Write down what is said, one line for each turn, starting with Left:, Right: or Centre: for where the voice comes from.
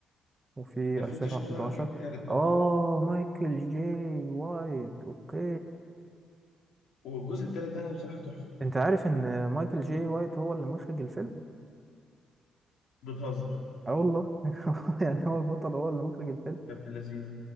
Right: وفي
Left: 2011
Right: 2011
Left: ده هو اكيد التالت بقى
Right: اه مايكل جي وايت اوكي
Left: والجزء التالت ده انا بصراحه تحفه
Right: انت عارف ان مايكل جي وايت هو اللي مخرج الفيلم
Left: بتهزر
Right: اه والله <laughs> يعني هو البطل هو اللي مخرج الفيلم
Left: يا ابن اللذينه